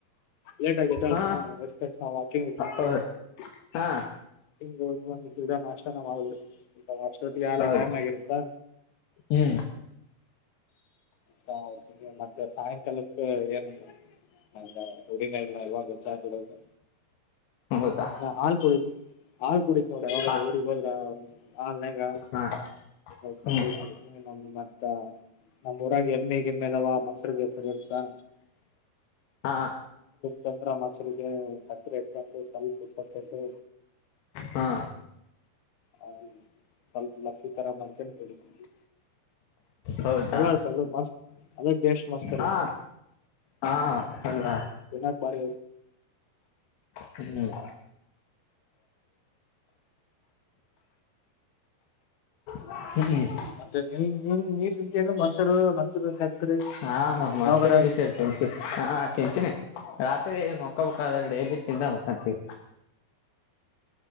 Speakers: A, on the left (about 60°); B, on the left (about 85°).
A: ಲೇಟ್ ಎದ್ದೇಳ್ತೀನಿ
B: ಹಾ
A: ನ ವಾಕಿಂಗ್ ಇದ್ದೀನಿ
B: ಹೌದು ಹಾ
A: ಹೋಗಗ ನಾಷ್ಟಾನ ಮಾಡ್ಬಿಡ್ ಅಷ್ಟೊತ್ಗೇ ಆಗಲೇ
B: ಹೌದು
A: ಟೈಮ್ ಆಗಿರುತ್ತಾ
B: ಹ್ಮ್
A: ಹಾತ ಮತ್ತೆ ಸಾಯಂಕಾಲಕ್ಕ ಏನ್ ಹ ರೂಢಿನಿ ಇಲ್ಲ ಇವಾಗ ಚಾ ಕುಡಿದು
B: ಹೌದಾ
A: ನಾ ಹಾಲ್ ಕುಡಿತೀನಿ ಹಾಲು ಕುಡಿತಿ ನೋಡು ಯಾವಾಗರ
B: ಹಾ
A: ಊರಿಗೆ ಹೋದರೆ ಹಾಲಿನ
B: ಹಾ
A: ಸಕ್ರೆ
B: ಹ್ಮ್
A: ಕುಡಿತಿನಿ ಇಲ್ಲ ಅಂದ್ರೆ ಮತ್ತ ಊರಾಗ ಎಮ್ಮಿ ಗಿಮ್ಮಿ ಅದಾವ ಮೊಸರಿಗೀಸರ್ ಇರ್ತದ
B: ಹಾ
A: ತಂದ್ರ ಮಸರಿಗೆ ಸಕ್ರಿ ಎಟ್ಟೆಂಟು ಸಲಪ ಇಪ್ಪತ್ತೆಂಟಡು
B: ಹಾ
A: ಹೌದು ಸ್ವಲ್ಪ ಲಸ್ಸಿ ತರ ಮಾಡ್ಕೊಂಡು ಕುಡಿತಿನಿ
B: ಹೌದಾ
A: ಚಲಾ ಅ ಮಸ್ತ್ ಅೇ ಟ ಮಸ್ತ್
B: ಹಾ ಹಾ ಅಲ್ಲ
A: ಇನ ಬಾರ
B: ಹ್ಮ್ ಹ್ಮ್ಮ
A: ಮತ್ತೆ ನಿ ನಿ ನೀರ್ ಸಂತ ಏನು ಮೊಸರು ಮೊಸರು ಸಕ್ಕರೆ
B: ಹಾ ಹ ಮಸೂರಿ
A: ಯಾವಾಗಾರ
B: ವಿ ಸೇ ಚಂತ ಹಾ ತಿಂತೀನಿ ರಾತ್ರಿ ಮಕ್ಕ ಬೇಕಾದ್ರ ಡೈಲಿ ತಿಂದ ಮಕ್ಕೊಂತೀನಿ